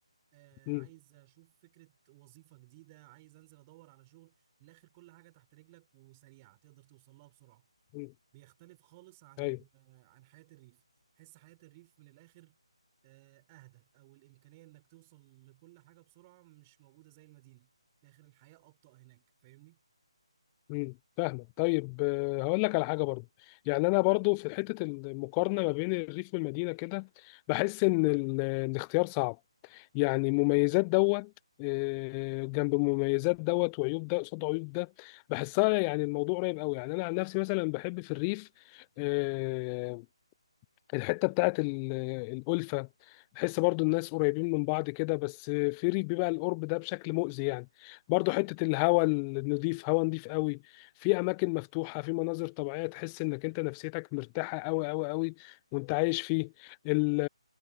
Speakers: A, on the right; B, on the left.
A: آه،
B: مم.
A: عايز اشوف فكرة وظيفة جديدة عايز انزل ادور على شغل من الاخر كل حاجه تحت رجلك وسريعه تقدر توصل لها بسرعه
B: مم.
A: بيختلف خالص عن
B: ايوه
A: آه، عن حياه الريف حس حياه الريف من الاخر آه، اهدى او الامكانيه انك توصل لكل حاجه بسرعه مش موجوده زي المدينه من الاخر الحياه ابطا هناك فاهمني
B: مم. فاهمك طيب آه، هقول لك على حاجه برضو يعني انا برضو في حته المقارنه ما بين الريف والمدينه كده بحس ان ال- الاختيار صعب يعني مميزات دوت آه، جنب مميزات دوت وعيوب ده قصاد عيوب ده بحسها يعني الموضوع قريب قوي يعني انا عن نفسي مثلا بحب في الريف آه، الحته بتاعت ال- الالفه بحس برضو الناس قريبين من بعض كده بس في ريف بيبقى القرب ده بشكل مؤذي يعني برضو حته الهواء النظيف هواء نظيف قوي في اماكن مفتوحه في مناظر طبيعيه تحس انك انت نفسيتك مرتاحه قوي قوي قوي وانت عايش فيه ال-